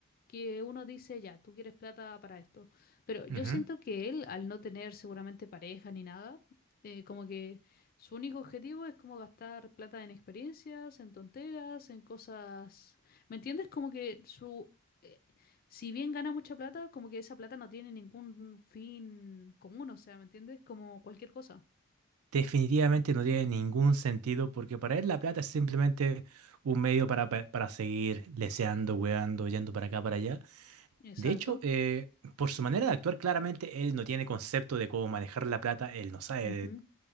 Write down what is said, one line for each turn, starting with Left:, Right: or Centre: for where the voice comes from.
Left: que uno dice, ya, tú quieres plata para esto. Pero yo
Right: ujú.
Left: siento que él, al no tener seguramente pareja ni nada, eh, como que su único objetivo es como gastar plata en experiencias, en tonteras, en cosas... ¿Me entiendes? Como que su... eh, si bien gana mucha plata, como que esa plata no tiene ningún fin común, o sea, ¿me entiendes? Como cualquier cosa.
Right: Definitivamente no tiene ningún sentido porque para él la plata es simplemente un medio para, pa- para seguir leseando, weando, yendo para acá, para allá
Left: Exacto.
Right: De hecho, eh, por su manera de actuar, claramente él no tiene concepto de cómo manejar la plata, él no sabe
Left: Ujú,
Right: de